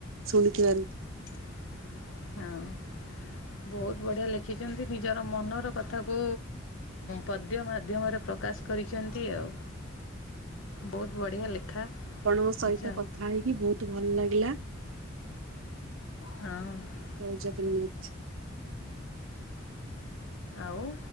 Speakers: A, on the right (about 85°); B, on the left (about 75°).
A: ଶୁଣୁଥିବାରୁ।
B: ହଁ। ବହୁତ ବଢ଼ିଆ ଲେଖିଚନ୍ତି। ନିଜର ମନର କଥାକୁ ପଦ୍ୟ ମାଧ୍ୟମରେ ପ୍ରକାଶ କରିଚନ୍ତି ଆଉ। ବହୁତ ବଢିଆ ଲେଖା।
A: ଆପଣଙ୍କ ସହିତ
B: ଯାଉ
A: କଥା ହେଇକି ବହୁତ ଭଲ ଲାଗିଲା।
B: ହୁଁ।
A: ଜୟ ଜଗନ୍ନାଥ।
B: ଆଉ